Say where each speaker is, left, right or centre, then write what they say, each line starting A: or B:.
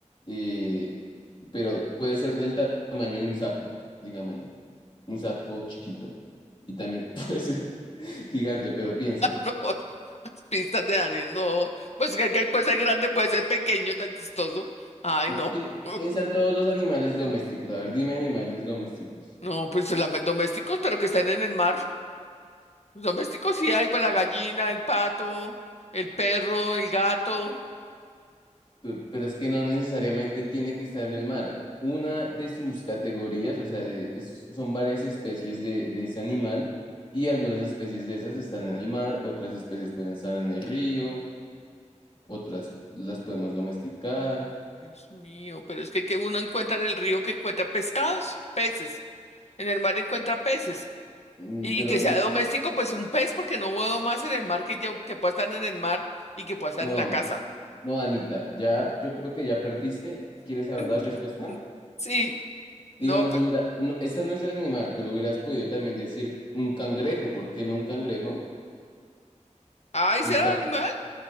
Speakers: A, on the left; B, on the left.
A: eh, pero puede ser del ta- tamaño de un sapo, digámoslo. Un sapo chiquito. Y también <laughs> puede ser gigante, pero piensa.
B: No, las pistas de Daniel, no. Pues que que puede ser grande, puede ser pequeño, tan chistoso. Ay, no.
A: Pi-
B: <laughs>
A: piensa en todos los animales domésticos. A ver, dime animales domésticos.
B: No, pues los domésticos, pero que están en el mar. Domésticos sí hay, pues la gallina, el pato, el perro, el gato.
A: Pe- Pero es que no necesariamente tiene que estar en el mar. Una de sus categorías, o sea, de- es- son varias especies de, de ese animal y algunas especies de esas están en el mar, otras especies pueden estar en el río, otras las podemos domesticar,
B: Dios mío, pero es que, que uno encuentra en el río que encuentra pescados, peces. En el mar encuentra peces.
A: Mm,
B: Y
A: pero
B: que sea
A: los-
B: doméstico, pues un pez, porque no veo más en el mar que yo, que pueda estar en el mar y que pueda estar
A: no,
B: en la casa.
A: no, Anita, ya yo creo que ya perdiste. ¿Quieres saber
B: <laughs>
A: la respuesta?
B: Sí, no,
A: Digamos,
B: pues,
A: hubiera, no, esta no es el animal, pero hubieras podido también decir un cangrejo, ¿por qué no un cangrejo?
B: ay,
A: El
B: ¿será
A: cangrejo.
B: animal?